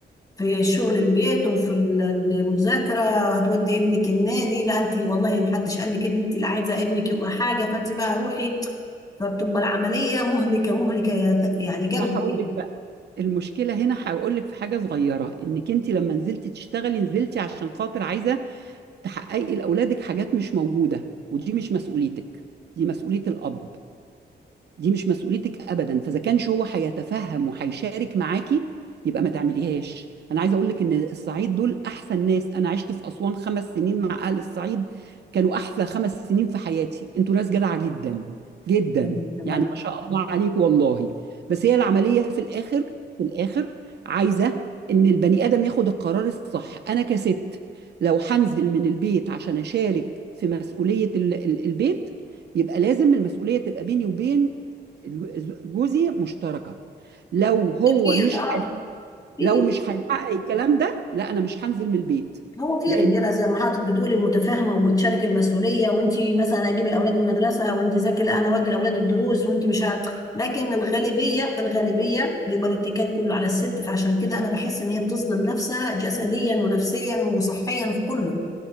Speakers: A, on the left; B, on the right.
A: في شغل البيت وفي ال- المذاكره وهتودي ابنك النادي لا انت والله محدش قال لك انت اللي عايزه ابنك يبقى حاجه فانت بقى روحي فبتبقى العمليه مهلكه مهلكه يعني جامد
B: انا هقول
A: كتير
B: لك بقى المشكله هنا هقول لك في حاجه صغيره انك انت لما نزلتي تشتغلي نزلتي عشان خاطر عايزه تحققي لاولادك حاجات مش موجوده ودي مش مسؤوليتك دي مسؤوليه الاب دي مش مسؤوليتك ابدا فاذا كانش هو هيتفهم وهيشارك معاكي يبقى ما تعمليهاش انا عايزه اقول لك ان الصعيد دول احسن ناس انا عشت في اسوان خمس سنين مع اهل الصعيد كانوا احسن خمس سنين في حياتي انتوا ناس جدعه جدا جدا
A: الله
B: يعني
A: يرحمه.
B: ما شاء الله عليك والله بس هي العمليه في الاخر في الاخر عايزه ان البني ادم ياخد القرار الصح انا كست لو هنزل من البيت عشان اشارك في مسؤوليه ال- ال- البيت يبقى لازم المسؤوليه تبقى بيني وبين الج- جوزي مشتركه لو هو
A: كتير
B: مش
A: اه
B: حي...
A: في
B: لو مش هيحقق الكلام ده لا انا مش هنزل من البيت
A: هو في
B: لان
A: رجاله زي ما حضرتك بتقولي متفاهمه وبتشارك المسؤوليه وانت مثلا اجيب الاولاد من المدرسه وانت ذاكري لا انا اودي الاولاد الدروس وانت مش عارف لكن الغالبيه الغالبيه بيبقى الاتكال كله على الست فعشان كده انا بحس ان هي بتظلم نفسها جسديا ونفسيا وصحيا في كله